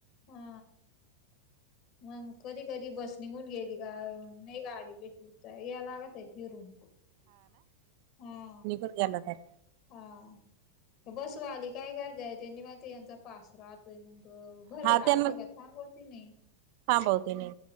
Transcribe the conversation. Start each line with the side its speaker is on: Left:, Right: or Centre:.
Left: हा मग कधी कधी बस निघून गेली का, नाही गाडी भेटली. तर या लागतय फिरून, हा.
Right: तो गेला ताय.
Left: हा बस व आली काय करतेय त्यांनी माहिती यांचा पास राहतोय मंग. भरेल
Right: हा त्यांना
Left: असलीं का थांबवती नाही
Right: थांबवते नाही